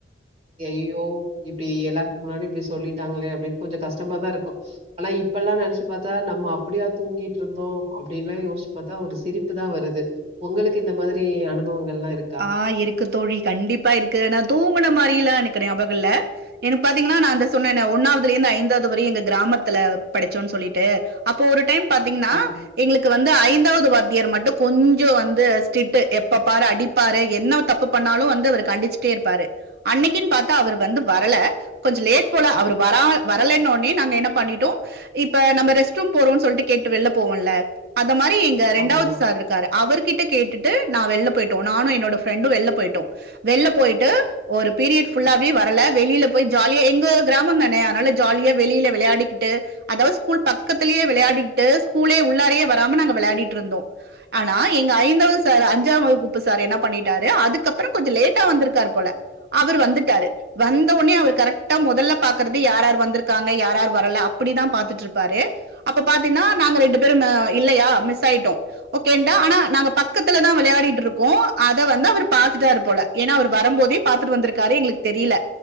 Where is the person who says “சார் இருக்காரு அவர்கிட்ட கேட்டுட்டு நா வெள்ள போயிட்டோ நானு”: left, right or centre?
Right